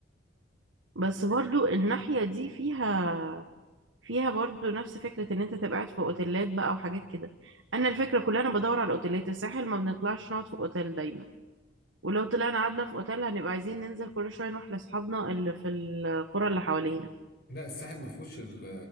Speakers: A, on the right (about 75°); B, on the left (about 55°).
A: بس برضو الناحيه دي فيها فيها برضو نفس فكرة ان انت تبقى قاعد في اوتيلات بقى وحاجات كده انا الفكرة كلها انا بدور على اوتيلات الساحل ما بنطلعش نقعد في اوتيل دايما ولو طلعنا قعدنا في اوتيل هنبقى عايزين ننزل كل شوية نروح لاصحابنا اللي في القرى اللي حوالينا
B: لا الساحل ما فيهوش ال-